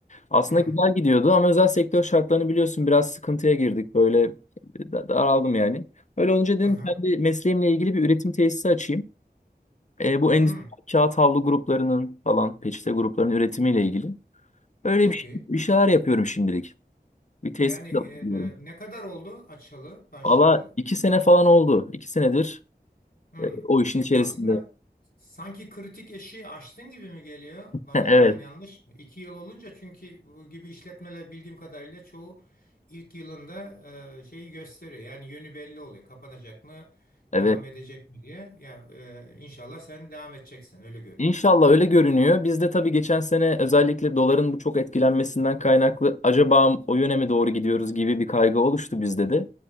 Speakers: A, on the left (about 45°); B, on the left (about 65°).
A: Aslında
B: Hı.
A: güzel gidiyordu ama özel sektör şartlarını biliyorsun biraz sıkıntıya girdik. Böyle da- daraldım yani. Öyle olunca dedim
B: Aha.
A: kendi mesleğimle ilgili bir üretim tesisi açayım. E, bu
B: Hı.
A: endüstri kağıt havlu gruplarının falan peçete gruplarının üretimiyle ilgili. Öyle
B: Çok
A: bir, şey-
B: iyi.
A: bir şeyler yapıyorum şimdilik. Bir tesis
B: Yani e,
A: yapıyorum.
B: ne kadar oldu açalı, başlayalı?
A: Valla iki sene falan oldu. İki senedir
B: Hmm.
A: e, o işin içerisinde.
B: Aslında
A: <laughs>
B: sanki kritik eşiği aştın gibi mi geliyor bana?
A: Evet.
B: Yani yanlış. mı? İki yıl olunca çünkü bu gibi işletmeler bildiğim kadarıyla çoğu ilk yılında e, şeyi gösteriyor. Yani yönü belli oluyor. Kapanacak mı, devam
A: Evet.
B: edecek mi diye. Ya e, inşallah sen devam edeceksin. Öyle görünüyor.
A: İnşallah öyle görünüyor. Biz de tabii geçen sene özellikle doların bu çok etkilenmesinden kaynaklı acaba o yöne mi doğru gidiyoruz gibi bir kaygı oluştu bizde de.